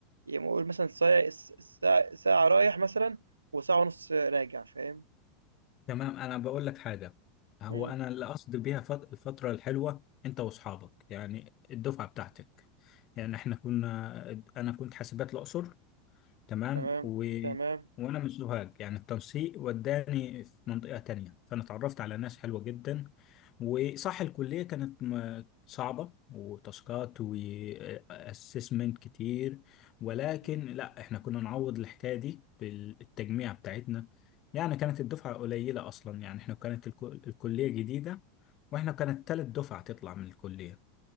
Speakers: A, on the right; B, on the left.
A: يعني قول مثلًا ساع س ساع ساعة رايح مثلًا وساعة ونُص راجع، فاهم؟
B: تمام انا بقول لك حاجه هو
A: إمم،
B: انا اللي اقصد بيها فت- الفتره الحلوه انت واصحابك يعني الدفعه بتاعتك يعني احنا كنا انا كنت حاسبات الاقصر تمام
A: تمام،
B: و...
A: تمام،
B: وانا من سوهاج يعني التنسيق وداني في منطقة تانية فانا اتعرفت على ناس حلوة جدا وصح الكلية كانت م- صعبة وتاسكات واسسمنت كتير ولكن
A: إمم.
B: لا احنا كنا نعوض الحكاية دي بالتجميع بتاعتنا يعني كانت الدفعة قليلة اصلا يعني احنا كانت الكو- الكلية جديدة واحنا كانت تالت دفعة تطلع من الكلية